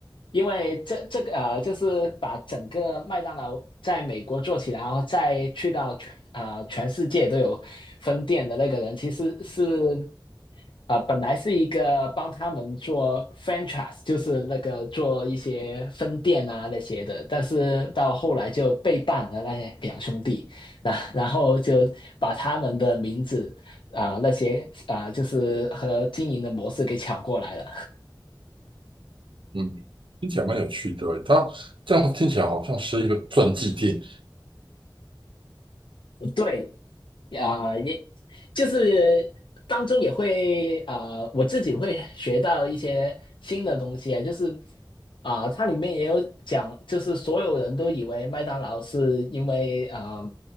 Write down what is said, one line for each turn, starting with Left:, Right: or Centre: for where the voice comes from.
Left: 因为这这个呃，就是把整个麦当劳在美国做起来，然后再去到全啊、呃全世界都有分店的那个人，其实是啊、呃本来是一个帮他们做 franchise，就是那个做一些分店啊那些的，但是到后来就背叛了那些两兄弟，然然后就把他们的名字啊、那些啊、就是和经营的模式给抢过来了。
Right: 嗯，听起来蛮有趣的诶它这样听起来好像是一个传记电影，
Left: 对，啊、也就是当中也会啊、我自己会学到一些新的东西，啊，就是啊、它里面也有讲，就是所有人都以为麦当劳是因为啊、